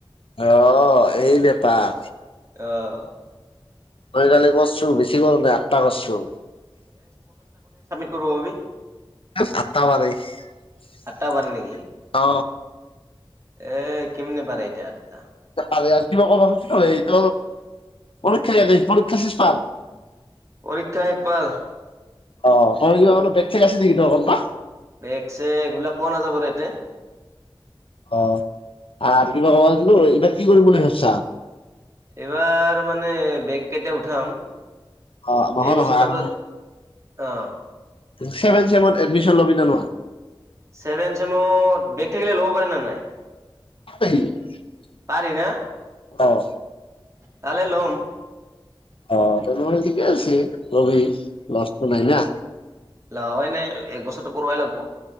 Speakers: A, on the left (about 75°); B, on the right (about 35°).
A: আহ্ এই বেপাৰ
B: অ'
A: আই কালি কৰ্ছো বেছি কৰা নাই আঠটা কৰছো
B: কৰবী
A: সাতটা পাৰে ই
B: আঠটা পাৰে নেকি
A: অ
B: এ কেমনে পাৰে এতিয়া আঠটা
A: প আৰু কিবা কব এই এই পৰীক্ষা পৰীক্ষা শেষ পাৰ
B: পৰীক্ষা এক পাৰ
A: অ তই অলপ বেগ ছেগ আছে নেকি তৰ কতা
B: বেগ ছেগ এইবিলাক পোৱা নাযাব এতে
A: অ আৰু কিবা কম এইবাৰ কি কৰিম বুলি ভাবচা
B: এইবাৰ মানে বেগ কেইটা উঠাম
A: অ' নহয়
B: এই বছৰ
A: নহয়
B: তাতো
A: আৰু
B: অ
A: এই চেমত এদমিচন লবি না নলৱা?
B: চেভেন চেমত বেক থাকিলে ল'ব পাৰিম নে নাই?
A: <unintelligible>
B: পাৰি না?
A: অ'।
B: পালে লম।
A: অ' তেনেহলে ঠিকে আছে। লবি লষ্টটো নাই না।
B: লৱেই নাই। এক বছৰটো পঢ়িবাই লাগব।